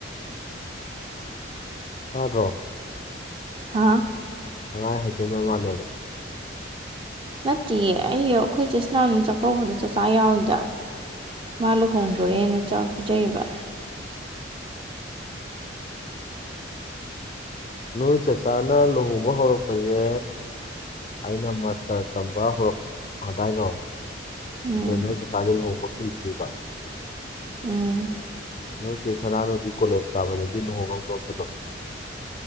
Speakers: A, on the left (about 35°); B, on the right (about 25°).
A: ꯇꯥꯑꯥꯗ꯭ꯔꯣ
B: ꯍꯥꯥ
A: ꯄꯉꯥꯏ ꯍꯩꯖꯤꯟꯕ ꯃꯥꯜꯂꯦ
B: ꯅꯠꯇꯤꯌꯦ ꯑꯩ ꯑꯩꯈꯣꯏ ꯆꯦꯁꯅꯥꯅꯅꯨꯡ ꯆꯥꯛꯀꯧꯕꯗꯣ ꯆꯥꯆꯥ ꯌꯥꯎꯏꯗ ꯃꯥ ꯂꯨꯍꯣꯡꯗꯣꯔꯦꯅꯥ ꯆꯥꯛ ꯄꯤꯖꯩꯌꯦꯕ
A: ꯅꯣꯏ ꯆꯆꯥꯅ ꯂꯨꯍꯣꯡꯕ ꯍꯧꯔꯛꯄꯁꯦ ꯑꯩꯅ ꯃꯥꯁꯇꯔ ꯇꯝꯕ ꯍꯧꯔꯛꯄꯗꯥꯏꯐꯥꯎ
B: ꯎꯝ
A: ꯑꯗꯣ ꯅꯣꯏ ꯆꯥꯛꯆꯥꯁꯦ ꯂꯨꯍꯣꯡꯕ ꯀꯨꯏꯗ꯭ꯔꯤꯕ
B: ꯎꯝ
A: ꯅꯣꯏꯁꯦ ꯁꯅꯥꯅꯣꯗꯤ ꯀꯣꯂꯦꯖ ꯀꯥꯕꯗꯒꯤ ꯂꯨꯍꯣꯡꯉꯝꯗꯧꯇꯗꯣ